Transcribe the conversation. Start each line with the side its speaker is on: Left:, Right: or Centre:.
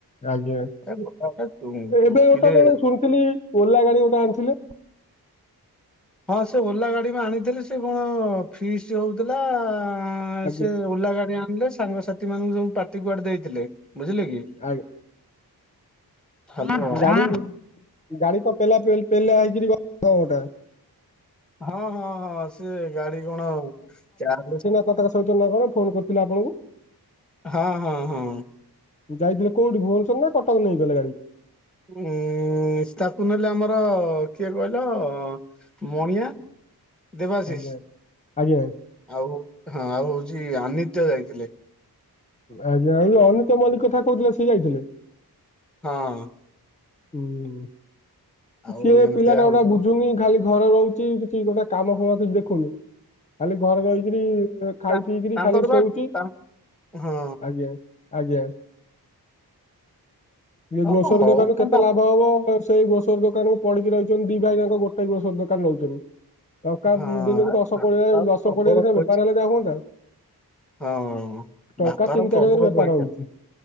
Left: ଆଜ୍ଞା
Centre: ଏ ଗୋଟେ ଗୋଟେ ଚୁ
Left: ଏବେ
Centre: ଚୁଟକିରେ
Left: ଗୋଟେ କଣ ଶୁଣିଥିଲି ଓଲା ଗାଡି ଗୋଟେ ଆଣିଥିଲେ?
Centre: ହଁ ସେ ଓଲା ଗାଡି ବି ଆଣିଥିଲେି ସେ କଣ ଫିସ୍ ହୋଉଥିଲା ଆଁ
Left: ଆଜ୍ଞା
Centre: ସେ ଓଲା ଗାଡି ଆଣିଲେ ସାଙ୍ଗସାଥି ମାନଙ୍କୁ ସବୁ ପାର୍ଟି କୁଆଡେ ଦେଇଥିଲେ ବୁଝିଲେ କି।
Left: ଆ
Centre: ହାଲୋ
Left: ଗାଡି
Centre: ହଁ
Left: ଗାଡି କ ପେଲା ପେଲ ପେଲା ହେଇକିରି ଗୋଟା
Centre: ହଁ ହଁ ହଁ ସେ ଗାଡି କଣ ଚାଲ
Left: କ ତାଙ୍କ ସହିତ ନ କଣ ଫୋନ କରିଥିଲେ ଆପଣଙ୍କୁ?
Centre: ହଁ ହଁ ହଁ।
Left: ଯାଇଥିଲେ କୋଉଠି ଭୁବନେଶ୍ୱର ନା କଟକ ନେଇକି ଗଲେ ଗାଡି?
Centre: ଉଁ ତାକୁ ନହେଲେ ଆମର କିଏ କହିଲ ମଣିଆ ଦେବାଶିଷ
Left: ଆଜ୍ଞା ଆଜ୍ଞା
Centre: ଆଉ ହଁ ଆଉ ହୋଉଛି ଆନିତ୍ୟ ଯାଇଥିଲେ।
Left: ଆଜ୍ଞା ଆଉ ଯଉ ଅନିତ ମଲ୍ଲିକ କଥା କହୁଥିଲେ ସିଏ ଯାଇଥିଲେ।
Centre: ହଁ।
Left: ହୁଁ
Centre: ଆଉ
Left: ସିଏ
Centre: ଏମିତିଆ
Left: ପିଲାଟା
Centre: ହଉଛି
Left: ଗୋଟା ବୁଝୁନି ଖାଲି ଘରେ ରହୁଛି କିଛି ଗୋଟେ କାମ ଫୁମ କିଛି ଦେଖୁନି ଖାଲି ଘରେ ରହିକରି ଖାଇ
Centre: ତା-
Left: ପିଇକିରି
Centre: ତାଙ୍କର
Left: ଖାଲି ଶୋଉଛି
Centre: ବା ତା- ହଁ
Left: ଆଜ୍ଞା ଆଜ୍ଞା। ଏ
Centre: ହଉ
Left: ଗ୍ରୋସରୀ
Centre: ହଉ
Left: ଦୋକାନରୁ
Centre: କଣ
Left: କେତେ
Centre: ବା
Left: ଲାଭ ହବ। ସେଇ ଗ୍ରୋସର ଦୋକାନକୁୁ ପଡିକି ରହିଛନ୍ତି ଦି ଭାଇ ତାଙ୍କ ଗୋଟେ ଗ୍ରୋସର ଦୋକାନ ରହୁଛନ୍ତି। ଟଙ୍କା
Centre: ହଁ
Left: ଦିନକୁ ଦଶ
Centre: ବାପାର
Left: କୋଏ ଦଶ
Centre: ପ୍ରବଳ
Left: କୋଡିଏରେ
Centre: ପଇସା
Left: ବେପାର ହେଲେ ଯାହା ହୁଅନ୍ତା।
Centre: ହଁ
Left: ଟଙ୍କା
Centre: ବାପାର
Left: ତିନି
Centre: ପ୍ରବଳ
Left: ଚାରି ହଜାର ବେପାର
Centre: ପଇସା
Left: ହଉଛି